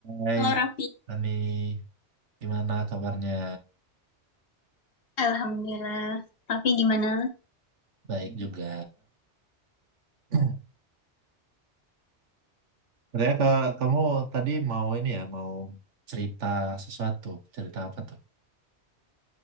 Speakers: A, on the right; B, on the left.
A: Hai,
B: Halo Raffi,
A: Ani, gimana kabarnya?
B: Alhamdulillah. Tapi gimana?
A: Baik juga. <clears throat> Katanya ke kamu tadi mau ini ya, mau cerita sesuatu. Cerita apa tuh?